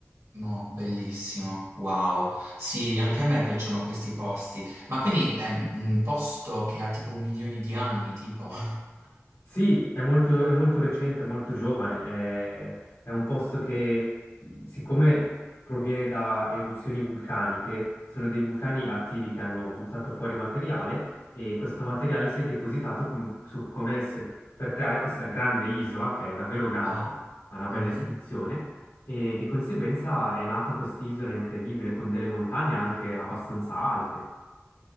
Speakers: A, on the right; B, on the left.
A: Mo, bellissimo, wow. Sì, anche a me piacciono questi posti, ma quindi è un posto che ha tipo milioni di anni, tipo... <laughs>
B: Sì, è molto, è molto recente, è molto giovane, è, è un posto che, mh, siccome proviene da eruzioni vulcaniche, sono dei vulcani attivi che hanno buttato fuori materiale e questo materiale si è depositato com- su- come se- per creare questa grande isola, che è davvero grande,
A: Ah,
B: ha una bella
A: mhm.
B: estensione, e di conseguenza è nata quest'isola incredibile con delle montagne anche abbastanza alte.